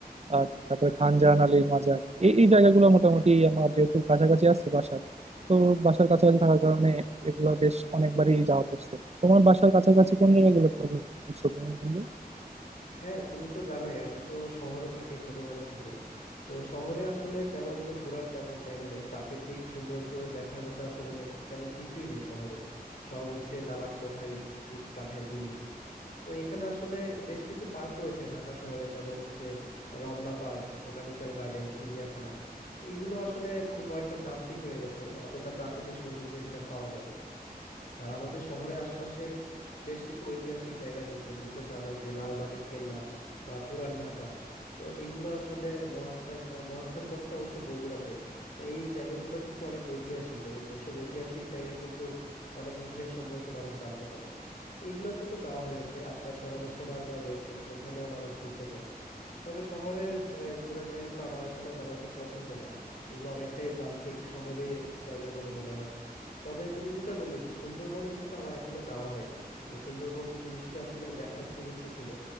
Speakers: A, on the right; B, on the left.
A: আর তারপরে খান জাহান আলীর মাজার এই এই জায়গাগুলো মোটামুটি আমার যেহেতু কাছাকাছি আছে বাসার তো বাসার কাছাকাছি থাকার কারণে এগুলো বেশ অনেকবারই যাওয়া পড়ছে তোমার বাসার কাছাকাছি কোন জায়গাগুলোতে ঘুরছো তুমি বন্ধু?
B: হ্যাঁ তুমি তো জানোই আমি তো শহরে থাকি ছোটবেলা থেকে তো শহরে আসলে তেমন তো ঘোরার তেমন জায়গা নেই প্রাকৃতিক সৌন্দর্য দেখার মতো আসলে তেমন কিছুই নেই শহরে সব হচ্ছে দালান কোঠা ইট ইট কাঠের বিল্ডিং তো এইখানে আসলে বেশ কিছু পার্ক রয়েছে ঢাকা শহরে যেমন হচ্ছে রমনা পার্ক বোটানিক্যাল গার্ডেন চিড়িয়াখানা এগুলো আসলে খুব একটা যান্ত্রিক হয়ে গেছে অতটা প্রাকৃতিক সৌন্দর্য এখানে পাওয়া যায় না আর আমাদের শহরের আশপাশে বেশ কিছু ঐতিহাসিক জায়গা রয়েছে তুমি তো জানোই যে লালবাগের কেল্লা বা পুরান ঢাকা তো এগুলো আসলে মহাস্থান মহাস্থানগড় তো অবশ্য বগুড়াতে তো এই জায়গাগুলো কিন্তু অনেক ঐতিহাসিক এবং এইসব ঐতিহাসিক জায়গা কিন্তু অনেক ইতিহাস সম্পর্কে মানুষ জানতে পারে তো এগুলাতে তো যাওয়া হয়েছে আশপাশে আমাদের সোনারগাঁও রয়েছে ওইখানেও মানুষ ঘুরতে যায় তবে শহরের আহ, ঘোরার জায়গাগুলো আমার আসলে তেমন একটা পছন্দ না এগুলো অনেকটাই যান্ত্রিক শহরে জায়গা বলে মনে হয় তবে তুমি যেটা বললে যে সুন্দরবনে কিন্তু আমার এখনো যাওয়া হয়নি তো সুন্দরবন জিনিসটা আসলে দেখার খুব ইচ্ছা ছিল